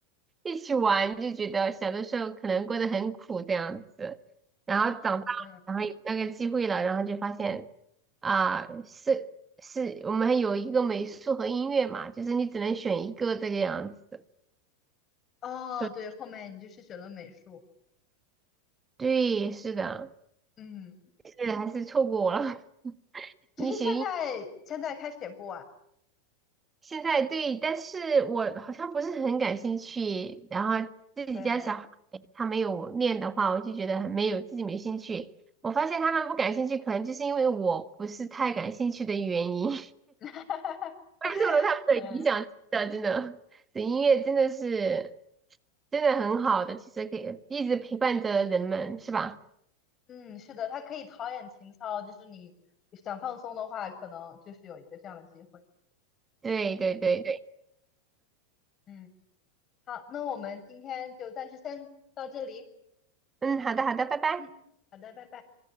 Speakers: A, on the right; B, on the left.
A: 一起玩就觉得小的时候可能过得很苦这样子，然后长大然后有那个机会了，
B: 啊这样
A: 然后就发现啊，是是我们有一个美术和音乐嘛，就是你只能选一个这个样子。
B: 哦，
A: 是，
B: 对，后面你就是学了美术，
A: 对，是的，
B: 嗯，
A: 是还是错过了。<laughs>
B: 其实现在现在开始也不晚，
A: 你学音现在对，但是我好像不是很感兴趣。然后自己家小孩他没有练的话，
B: 对，
A: 我就觉得很没有自己没兴趣。我发现他们不感兴趣，可能就是因为我不是太感兴趣的原因，<laughs> 我
B: <laughs>
A: 受了他们的影响。
B: 嗯，
A: 真的，真的，这音乐真的是真的很好的，其实可以一直陪伴着人们，是吧？
B: 嗯，是的，它可以陶冶情操，就是你想放松的话，可能就是有一个这样的机会，
A: 对对对对，
B: 嗯，好，那我们今天就暂时先到这里，
A: 嗯，好的好的，拜拜，
B: 嗯，好的，拜拜。